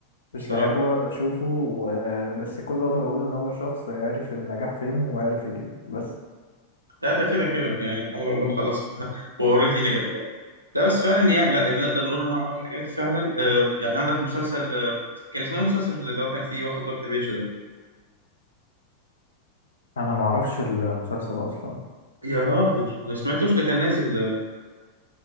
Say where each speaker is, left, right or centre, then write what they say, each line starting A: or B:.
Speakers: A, on the right; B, on the left.
A: بصراحة
B: مش بحبه ولا بشوفه و- بس كل اللي اقدر اقوله ان هو شخص عارف النجاح فين وعارف يجيبه بس
A: لا ده كده كده يعني محمد رمضان
B: مم.
A: خلاص <laughs> هو اوريدي نجح لا بس فعلا يعني لا نقدر نقول ان هو عمل حاجات فعلا آه، يعني عندك مسلسل آه، كان اسمه ايه المسلسل اللي هو كان فيه واخد دور حبيشه ده
B: انا ما اعرفش المسلسل اصلا
A: يا راجل ما سمعتوش ده كان نازل آه،